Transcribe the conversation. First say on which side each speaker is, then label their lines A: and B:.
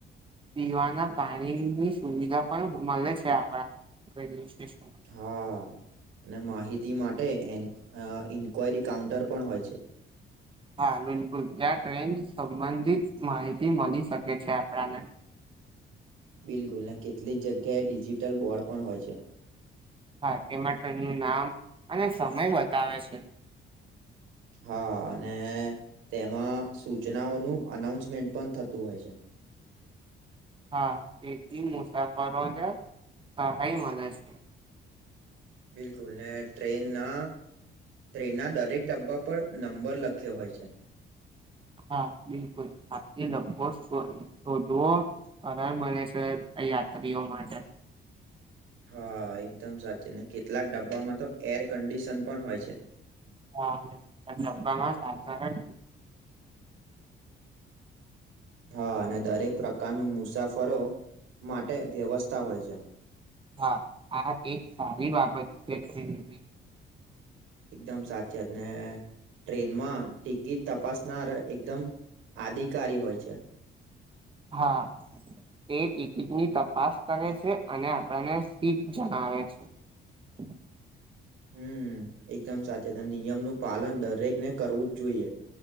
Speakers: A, on the right; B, on the right.
A: પીવાના પાણીની સુવિધા પણ મળે છે આપણા રેલવે સ્ટેશન
B: હા અને માહિતી માટે એ અ ઇન્ક્વાયરી કાઉન્ટર પણ હોય છે
A: હા બિલકુલ ત્યાં ટ્રેન સંબંધિત માહિતી મળી શકે છે આપણાને
B: બિલકુલ ને કેટલીક જગ્યાએ ડિજિટલ બોર્ડ પણ હોય છે
A: હા તેમાં ટ્રેનનું નામ અને સમય બતાવે છે.
B: હા અને તેમાં સૂચનાઓનું. અનાઉન્સમેન્ટ પણ થતું હોય છે.
A: હા તેથી મુસાફરોને સહાય મલે છે.
B: બિલકુલ ને ટ્રેનના ટ્રેનના દરેક ડબ્બા પર. નંબર લખ્યો હોય છે.
A: હા બિલકુલ <unintelligible> <unintelligible> શોધવો. અને મલે છે યાત્રીઓ માટે.
B: હા એકદમ સાચી ને કેટલાક ડબ્બામાં તો એર કન્ડિશન પણ હોય છે.
A: હા ડબ્બામાં સાધારણ
B: હા અને દરેક પ્રકારનું મુસાફરો માટે વ્યવસ્થા હોય છે.
A: હા આ એક સારી બાબત છે ટ્રેનની.
B: એકદમ સાચીઆત ને ટ્રેનમાં ટિકિટ તપાસનાર એકદમ. અધિકારી હોય છે.
A: હા. તે ટિકિટની તપાસ કરે છે અને આપણને સીટ જણાવે છે. <inaudible> <inaudible>
B: હમ એકદમ સાચીત નિયમનું પાલન દરેકને કરવું જ જોઈએ.